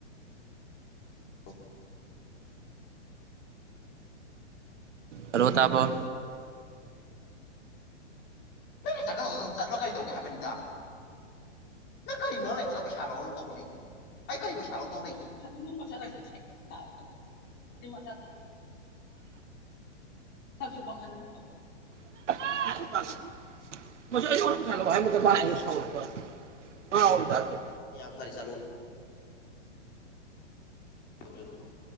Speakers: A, on the left; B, on the right.
A: <unintelligible>
B: ꯍꯜꯂꯣ ꯇꯥꯕꯣ
A: ꯅꯪꯅ ꯆꯠꯀꯗꯧꯗꯣ ꯑꯗꯨꯝ ꯆꯠꯂꯣ ꯀꯩꯗꯧꯒꯦ ꯍꯥꯏꯕꯅꯤꯗ ꯅꯪ ꯀꯩꯅꯣ ꯅꯪꯅ ꯑꯩꯉꯣꯟꯗ ꯄꯩꯁꯥ ꯂꯧꯅ ꯇꯧꯈꯠꯂꯛꯏꯗꯣ ꯑꯩ ꯀꯩ ꯄꯩꯁꯥ ꯂꯧꯗꯧ ꯂꯩꯒꯦ <unintelligible> <unintelligible>
B: <unintelligible> ꯃꯁꯤ ꯑꯩꯉꯣꯟꯗ ꯄꯩꯁꯥ ꯂꯧ ꯍꯥꯏꯔꯝꯃꯒ <unintelligible> ꯁꯥꯎꯔꯛꯄ꯭ꯋꯥꯏꯅꯤ ꯉꯥꯎꯕ <unintelligible>
A: ꯌꯥꯝ ꯐꯔꯦ ꯆꯠꯂꯣ ꯑꯝꯇꯥ <unintelligible>